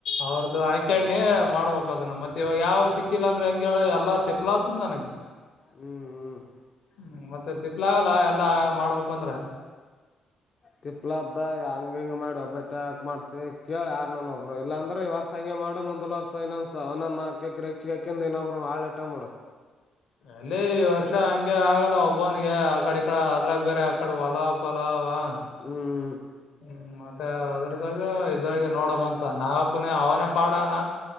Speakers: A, on the left; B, on the left.
A: ಅವ್ರ್ದ ಆಯ್ಕೆ ಅಣ್ಣೆ ಮಾಡ್ಬೇಕದು ನ ಮತ್ತೆ ಯಾವ್ ಸಿಕ್ಕಿಲ್ಲ ಅಂದ್ರೆ ಹೆಂಗ ಹೇಳ ಎಲ್ಲಾ ತಿಪ್ಲಾತ ನಾನಗೆ
B: ಹ್ಮ್ ಹ್ಮ್
A: ಹ್ಮ ಮತ್ತ ತಿಪ್ಪಲಾಗಲ್ಲ ಎಲ್ಲಾ ಮಾಡ್ಬೇಕಂದ್ರ
B: ತಿಪ್ಪಲಾತದ ಆ ಹಂಗ ಹಿಂಗ ಮಾಡಿ ಒಬ್ಬತ ಯಾಕ್ ಮಾಡ್ತಿ ಕೇಳ ಯಾರ ನಾನ ಒಬ್ಬರ ಇಲ್ಲಾಂದ್ರೆ ಈ ವರ್ಷ ಹಂಗೆ ಮಾಡ ಮುಂದ್ ವರ್ಷ ಏನ್ನಂಧ ಅವನೊಂದ ನಾಕ ಎಕರೆ ಹೆಚ್ಚಗಾಕಂದ ಇನೊಬ್ರು ಹಾಳ ಇಟ್ಟಂಬೀಡು
A: ಲ್ಲೇ ಈ ವರ್ಷ ಹಂಗೆ ಆಗಲ್ಲ ಒಬ್ಬವನಿಗೆ ಆಕಡ ಈ ಕಡಿ ಅದ್ರಾಗ ಬೇರೆ ಆಕಡ ಹೊಲ ಪಲಾ ಹ್ಮ
B: ಹ್ಮ್
A: ಮತ್ತೆ ಸಾಗ ಇದ್ರಾಗ ನೋಡಮ್ಮ ಅಂತ ನಾಗಪ್ಪನ ಅವನೇ ಪಾಡಾನ